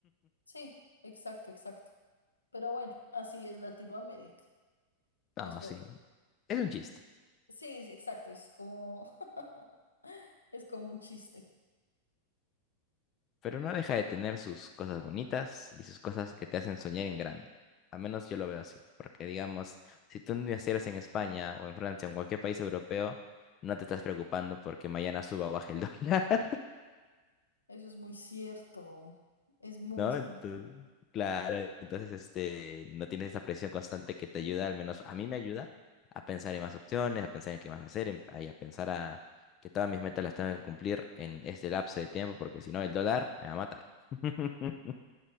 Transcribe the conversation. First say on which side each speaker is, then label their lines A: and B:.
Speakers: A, on the left; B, on the left.
A: Sí, exacto, exacto. Pero bueno, así es Latinoamérica.
B: No,
A: Eso,
B: sí. Es un chiste.
A: sí, sí, exacto, es como, <laughs> es como un chiste.
B: Pero no deja de tener sus cosas bonitas y sus cosas que te hacen soñar en grande. Al menos yo lo veo así. Porque, digamos, si tú nacieras en España o en Francia o en cualquier país europeo, no te estás preocupando porque mañana suba o baje el <laughs> dólar.
A: Eso es muy cierto, es muy
B: ¿no?
A: cierto.
B: Entonces, claro, entonces este, no tienes esa presión constante que te ayuda, al menos a mí me ayuda a pensar en más opciones, a pensar en qué más hacer, en- ay, a, pensar a que todas mis metas las tengo que cumplir en este lapso de tiempo, porque si no el dólar me va a matar. <laughs>